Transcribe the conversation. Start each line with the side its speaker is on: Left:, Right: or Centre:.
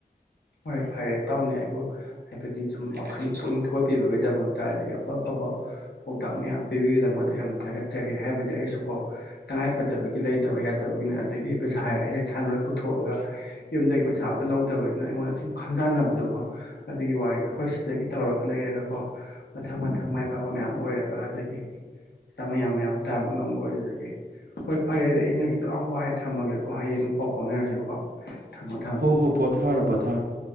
Left: ꯍꯣꯏ ꯐꯔꯦ ꯏꯇꯥꯎꯅꯦ ꯑꯩꯕꯨ ꯍꯥꯏꯕꯗꯤ ꯑꯗꯨꯨꯝ
Right: ꯍꯥꯏꯕꯗꯤ
Left: ꯋꯥꯈꯜ
Right: ꯁꯨꯝ
Left: ꯄꯨꯛꯅꯤꯡ ꯊꯧꯒꯠꯄꯤꯕꯒꯤꯗꯃꯛꯇ ꯑꯗꯒꯤ ꯑꯐ ꯑꯐꯕ ꯄꯥꯎꯇꯥꯛ ꯃꯌꯥꯝ ꯄꯤꯕꯤꯕꯒꯤꯗꯃꯛꯇ ꯌꯥꯝꯅ ꯊꯥꯒꯠꯆꯔꯤ ꯍꯥꯏꯕꯗꯤ ꯑꯩꯁꯨ ꯀꯣ ꯇꯉꯥꯏꯐꯗꯕꯒꯤ ꯂꯩꯇꯕ ꯌꯥꯗꯕꯒꯤꯅ ꯑꯗꯒꯤ ꯄꯩꯁꯥ ꯍꯥꯏꯔꯒ ꯑꯩꯅ ꯏꯁꯥꯅ ꯂꯣꯏ ꯄꯨꯊꯣꯛꯑꯒ ꯌꯨꯝꯗꯒꯤ ꯄꯩꯁꯥ ꯑꯝꯇ ꯂꯧꯗꯕ ꯑꯩꯅ ꯑꯩꯉꯣꯟꯗ ꯁꯨꯝ ꯈꯟꯖꯥꯟꯅꯕꯗꯣꯀꯣ ꯑꯗꯨꯒꯤ ꯋꯥꯔꯤꯗ ꯑꯩꯈꯣꯏ ꯁꯤꯗꯒꯤ ꯇꯧꯔꯒ ꯂꯩꯔꯒꯀꯣ ꯃꯊꯪ ꯃꯊꯪ ꯃꯥꯏ ꯄꯥꯛꯄ ꯃꯌꯥꯝ ꯑꯣꯏꯔꯒ ꯑꯗꯒꯤ ꯄꯩꯁꯥ ꯃꯌꯥꯝ ꯃꯌꯥꯝ ꯇꯥꯟꯕ ꯉꯝꯕ ꯑꯣꯏꯖꯒꯦ ꯍꯣꯏ ꯐꯔꯦ ꯑꯗꯨꯗꯤ ꯑꯩ ꯉꯁꯤꯗꯣ ꯌꯥꯝ ꯋꯥꯔꯦ ꯊꯝꯃꯒꯦꯀꯣ ꯍꯌꯦꯡ ꯑꯃꯨꯛ ꯄꯥꯎ ꯐꯥꯎꯅꯔꯁꯤꯀꯣ ꯊꯝꯃꯣ ꯊꯝꯃꯣ
Right: ꯍꯣ ꯍꯣ ꯄꯣꯊꯥꯔ‌ꯣ ꯄꯣꯊꯥꯔ‌ꯣ